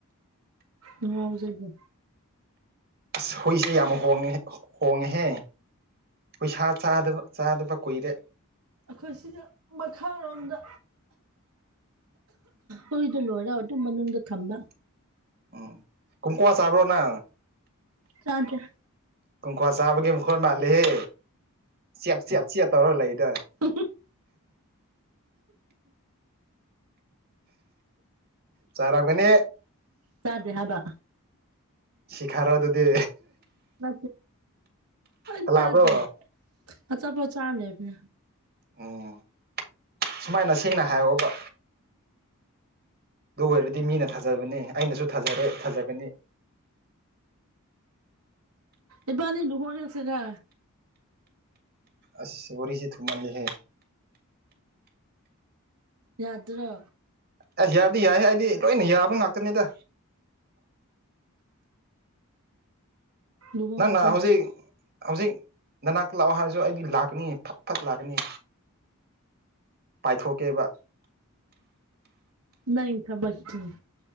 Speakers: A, on the right (about 75°); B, on the right (about 45°).
A: ꯉ ꯉꯥꯎꯖꯒꯦ
B: ꯑꯁ ꯍꯨꯏꯁꯦ ꯌꯥꯝ ꯍꯣꯡꯉꯦ ꯍꯣꯡꯉꯦꯍꯦ ꯍꯨꯣꯏ ꯁꯥ ꯆꯥꯗꯕ ꯆꯥꯗꯕ ꯀꯨꯏꯔꯦ
A: ꯑꯩꯈꯣꯏ ꯁꯤꯗ ꯃꯈꯥꯔꯣꯝꯗ
B: ꯃꯥꯣ
A: ꯍꯨꯏꯗꯣ ꯂꯣꯏꯔ ꯑꯗꯨꯝ ꯃꯅꯨꯡꯗ ꯊꯝꯕ
B: ꯎꯝ ꯀꯨꯨꯝ ꯀꯨꯃ ꯆꯕ꯭ꯔꯣꯅ
A: ꯆꯗ꯭ꯔ
B: ꯀꯣꯡꯀ꯭ꯋꯥ ꯆꯥꯕꯒꯤ ꯃꯈꯣꯟꯜ ꯃꯥꯜꯂꯤꯍꯦ ꯆꯞ ꯆꯦꯞ ꯆꯦꯞ ꯇꯧꯔꯒ ꯂꯩꯗ
A: ꯍ
B: ꯆꯥꯏꯔꯥꯛꯥꯛ ꯃꯅꯤꯅꯦ
A: ꯆꯥꯗꯦ ꯍꯥꯏꯕ
B: ꯁꯤ ꯈꯥꯔꯣ ꯑꯗꯨꯗꯤ
A: ꯦ ꯑꯩ
B: ꯍꯜꯂꯛꯑꯕ꯭ꯔꯣ
A: ꯆꯗ ꯑ ꯆꯄ ꯆꯥꯃꯦꯕꯅ
B: ꯎꯝ ꯁꯨꯃꯥꯏꯅ ꯁꯦꯡꯅ ꯍꯥꯏꯌꯣꯕ ꯑꯗꯨ ꯑꯣꯏꯔꯗꯤ ꯃꯤꯅ ꯊꯥꯖꯕꯅꯤ ꯑꯩꯅꯁꯨ ꯊꯥꯖꯔꯦ ꯊꯥꯖꯒꯅꯤ
A: ꯏ ꯄ ꯑꯅꯤ ꯗꯨꯍꯣꯏꯁꯦꯗ
B: ꯑꯁ ꯋꯥꯔꯤꯁꯦ ꯊꯨꯝꯃꯜꯜꯂꯤꯍꯦ
A: ꯌꯥꯗ꯭ꯔ
B: ꯑꯁ ꯌꯥꯗꯤ ꯌꯥꯏ ꯍꯥꯏꯗꯤ ꯂꯣꯏꯅ ꯌꯥꯕ ꯉꯥꯛꯇꯅꯤꯗ
A: ꯂꯨꯍꯣꯡꯉꯁꯦ
B: ꯅ ꯅ ꯍꯧꯖꯤꯛ ꯍꯧꯖꯤꯛ ꯅꯅꯥ ꯂꯥꯛꯑꯣ ꯍꯥꯏꯔꯁꯨ ꯑꯩꯗꯤ ꯂꯥꯛꯀꯅꯤ ꯐꯠ ꯐꯠ ꯂꯥꯛꯀꯅꯤ ꯄꯥꯏꯊꯣꯛꯀꯦꯕ
A: ꯅ ꯊꯥ ꯆꯦ